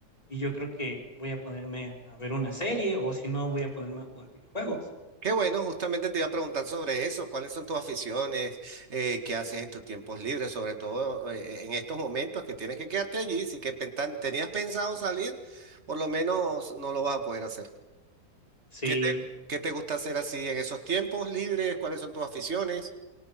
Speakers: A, on the left; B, on the right.
A: y yo creo que voy a ponerme a ver una serie o si no, voy a ponerme a jugar videojuegos.
B: Qué bueno, justamente te iba a preguntar sobre eso. ¿Cuáles son tus aficiones? Eh, ¿qué haces en tus tiempos libres? Sobre todo eh, en estos momentos que tienes que quedarte allí. Si que pentan- tenías pensado salir, por lo menos no lo vas a poder hacer.
A: Sí,
B: ¿Qué te, qué te gusta hacer así en esos tiempos libres? ¿Cuáles son tus aficiones?